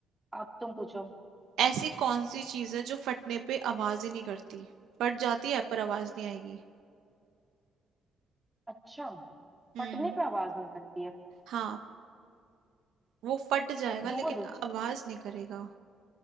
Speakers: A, in the centre; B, on the right.
A: अब तुम पूछो
B: ऐसी कौन सी चीज है जो फटने पे आवाज ही नहीं करती फट जाती है पर आवाज नहीं आएगी
A: अच्छा
B: हम्म
A: फटने पे आवाज नहीं करती है
B: हाँ वो फट जाएगा
A: दूध
B: लेकिन आवाज नहीं करेगा